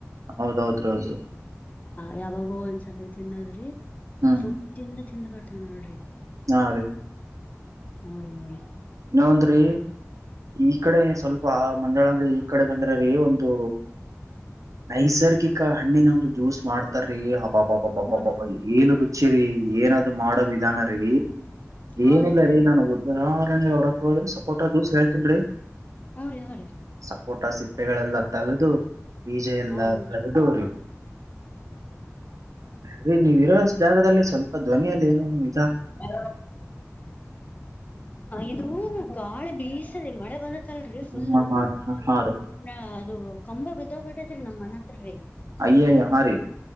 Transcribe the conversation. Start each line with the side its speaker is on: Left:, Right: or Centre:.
Right: ಹೌದೌದ್ರೌದು
Left: ಲವಂಗ ಸತಿ ತಿನ್ನುವುದರಿಂದ
Right: ಹ್ಮ್
Left: ತೃಪ್ತಿಯಿಂದ ತಿಂದು ಬಿಡ್ತೀನಿ ನೋಡ್ರಿ
Right: ಹಾ ಅದೇ
Left: ಮೂಊ ರ ಹಊ ರೀ
Right: ನಾವಂದ್ರಿ ಈ ಕಡೆ ಸ್ವಲ್ಪ ಆ ಮಂಡಲ ಅಂಗಡಿ ಈ ಕಡೆ ಬಂದ್ರ ರೀ ಒಂದು ನೈಸರ್ಗಿಕ ಹಣ್ಣಿನ ಒಂದು ಜ್ಯೂಸ್ ಮಾಡ್ತಾರೀ ಬ ಬಾ ಬಾಬಾ ಬಾಬಾ
Left: ಹ್ರಿ
Right: ಬಾಬಾ ಏನು ರುಚಿ ರೀ ಏನದು ಮಾಡೋ ವಿಧಾನ ರೀ
Left: ಹೌದೇನ್ರಿ
Right: ಏನಿಲ್ಲ ರೀ ನಾನು ಉದಾಹರಣೆ ಅವರ ಅವಳ್ಗೆ ಸಪೋಟ ಜೂಸ್ ಹೇಳ್ತನ್ರೀ
Left: ಹ್ರಿ ಹ್ರಿ
Right: ಸಪೋಟ ಸಿಪ್ಪೆಗಳೆಲ್ಲ ತೆಗೆದು ಬೀಜ ಎಲ್ಲ
Left: ಹೌದೇನ್ರಿ
Right: ತಗದವ್ರಿ ರೀ ನೀವ ಇರ ಜಾಗದಲ್ಲಿ ಸ್ವಲ್ಪ ಧ್ವನಿಯಲ್ಲಿ ಏನು ಇದ
Left: ಹ ಇದು ಗಾಳಿ ಬೀಸದೆ ಮಳೆ ಬಂದ ಲ್ರಿ ಫುಲ್ಲ
Right: ಹ್ಮ್, ಹಾ ಹಾ ರೀ ಹಾ ಹಾ ರೀ
Left: ಅದು ಕಂಬ ಬಿದ್ದೋಗ್ಬಿಟ್ಟೇತ್ರಿ ನಮ್ ಮನ್ ಹತ್ರರಿ
Right: ಅಯ್ಯೋ ಅಯ್ ರ್ರೀ